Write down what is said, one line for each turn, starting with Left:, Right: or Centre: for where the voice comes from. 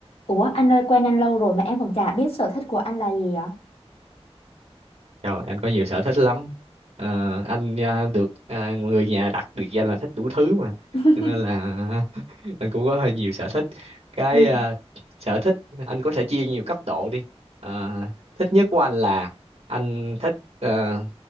Left: Ủa anh ơi quen anh lâu rồi mà em còn chả biết sở thích của anh là gì ạ?
Right: Rồi, anh có nhiều sở thích lắm. Ờ, anh à, được à, người nhà đặt biệt danh là thích đủ thứ mà.
Left: <laughs>
Right: Cho nên là <laughs> anh cũng có hơi nhiều sở thích. Cái
Left: ừ
Right: à, sở thích anh có thể chia nhiều cấp độ đi. Ờ, thích nhất của anh là anh thích ờ,